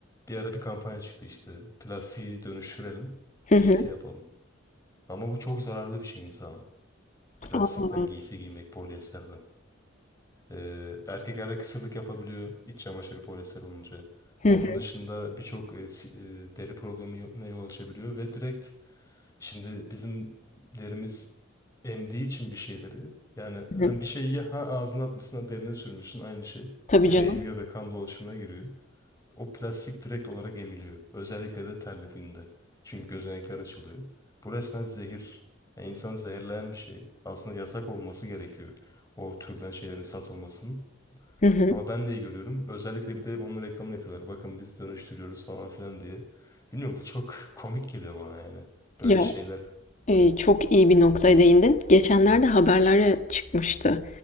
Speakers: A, on the left (about 15°); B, on the left (about 40°).
A: bir ara bir kampanya çıktı işte. Plastiği dönüştürelim.
B: hı hı.
A: Giysi yapalım. Ama bu çok zararlı bir şey insana. Plastikten
B: Aa,
A: giysi giymek, polyesterden. Ee, erkeklerde kısırlık yapabiliyor iç çamaşırı polyester olunca.
B: hı
A: Onun
B: hı
A: dışında birçok e, si- e, deri problemine yol açabiliyor ve direkt şimdi bizim derimiz emdiği için bir şeyleri yani
B: hı.
A: hem bir şeyi ya ha ağzına atmışsın ha derine sürmüşsün aynı şey.
B: Tabii
A: Deri
B: canım.
A: emiyor ve kan dolaşımına giriyor. O plastik direkt olarak emiliyor. Özellikle de terlediğinde. Çünkü gözenekler açılıyor. Bu resmen zehir. Yani insanı zehirleyen bir şey. Aslında yasak olması gerekiyor. O türden şeylerin satılmasının.
B: Hı hı.
A: Ama ben de iyi görüyorum. Özellikle bir de onun reklamını yapıyorlar. Bakın biz dönüştürüyoruz falan filan diye. Bilmiyorum bu çok <laughs> komik geliyor bana yani. Böyle
B: Ya
A: şeyler.
B: Eee, çok iyi bir noktaya değindin. Geçenlerde haberlere çıkmıştı.